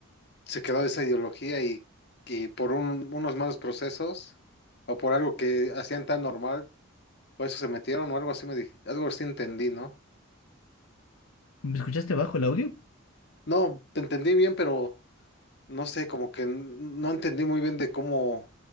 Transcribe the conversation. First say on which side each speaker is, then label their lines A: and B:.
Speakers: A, on the left (about 50°); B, on the left (about 80°).
A: se quedó esa ideología y, y por un- unos malos procesos o por algo que hacían tan normal, por eso se metieron o algo así me dije, algo así entendí, ¿no?
B: ¿Me escuchaste bajo el audio?
A: No, te entendí bien, pero no sé, como que n- no entendí muy bien de cómo,